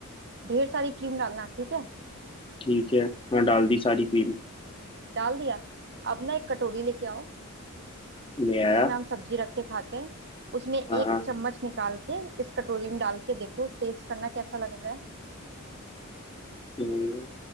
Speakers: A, on the right (about 55°); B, on the left (about 25°).
A: ढेर सारी क्रीम डालना ठीक है
B: ठीक है हाँ डाल दी सारी क्रीम
A: डाल दिया अब ना एक कटोरी लेके आओ
B: ले
A: जिसमें
B: आया
A: हम सब्जी रख के खाते हैं उसमें एक
B: हाँ हाँ
A: चम्मच निकाल के इस कटोरी में डाल के देखो टेस्ट करना कैसा लग रहा है
B: हम्म,